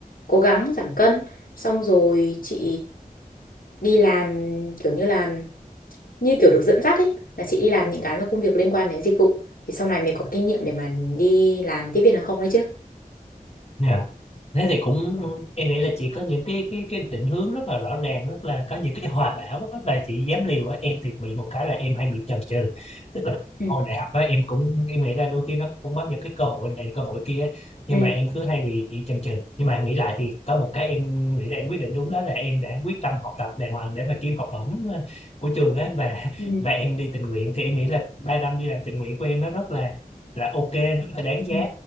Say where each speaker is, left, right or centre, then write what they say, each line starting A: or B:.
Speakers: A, on the left; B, on the left.
A: cố gắng giảm cân xong rồi chị đi làm kiểu như là như kiểu được dẫn dắt ấy là chị đi làm những cái mà công việc liên quan đến dịch vụ thì sau này mình có kinh nghiệm để mà đi làm tiếp viên hàng không đấy chứ
B: nhưng thế thì cũng em nghĩ là chị có những cái cái cái định hướng rất là rõ ràng rất là có những cái hoài bão á, và chị dám liều á em thì bị một cái là em hay bị chần chừ tức là kiểu
A: ừ
B: hồi đại học á em cũng em nghĩ là đôi khi nó cũng có những cái cơ hội này cơ hội kia á, nhưng
A: ừ
B: mà em cứ hay bị chần chừ nhưng mà nghĩ lại thì có một cái em nghĩ là em quyết định đúng đó là em đã quyết tâm học tập đàng hoàng để mà kiếm học bổng ờ, của trường á và <laughs>
A: ừ
B: và em đi tình nguyện thì em nghĩ là ba năm đi làm tình nguyện của em nó rất là là ok rất là đáng giá
A: ừ